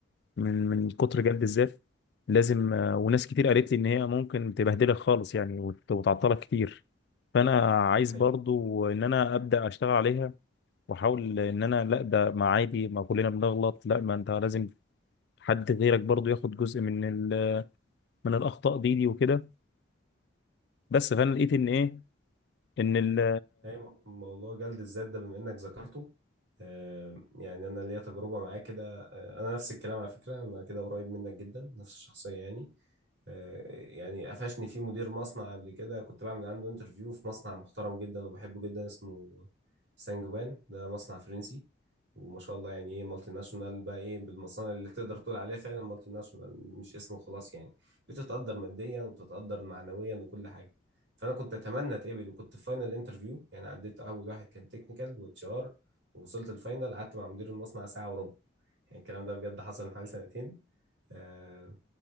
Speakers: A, on the left (about 55°); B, on the right (about 65°).
A: من من كتر
B: مم.
A: جلد الذات لازم آه، وناس كتير قالت لي ان هي ممكن تبهدلك خالص يعني وت- وتعطلك كتير فانا عايز
B: ده حقيقي
A: برضو ان انا ابدا اشتغل عليها واحاول ان انا لا ده ما عادي ما كلنا بنغلط لا ما انت لازم حد غيرك برضو ياخد جزء من ال- من الاخطاء دي دي وكده بس فانا لقيت ان ايه ان ال
B: أي م- موضوع جلد الذات ده بما إنك ذكرته آم، يعني أنا ليا تجربة معاه كده آه، أنا نفس الكلام على فكرة أنا كده قريب منك جدا نفس الشخصية يعني آه، يعني قفشني فيه مدير مصنع قبل كده كنت بعمل عنده انترفيو في مصنع محترم جدا وبحبه جدا اسمه سانجوان ده مصنع فرنسي وما شاء الله يعني ايه مالتي ناشونال بقى ايه بالمصانع اللي تقدر تقول عليها فعلا مالتي ناشونال مش اسمه خلاص يعني بتتقدر ماديا وبتتقدر معنويا وكل حاجة فانا كنت اتمنى اتقبل وكنت في فاينل انترفيو يعني عديت اول واحد كان تكنيكال واتش ار ووصلت الفاينل قعدت مع مدير المصنع ساعه وربع يعني الكلام ده بجد حصل من حوالي سنتين آه،